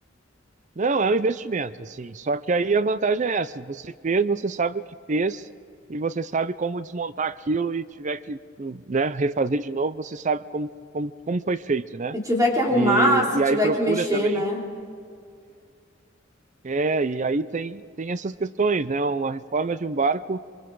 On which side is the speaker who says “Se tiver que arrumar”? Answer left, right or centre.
Right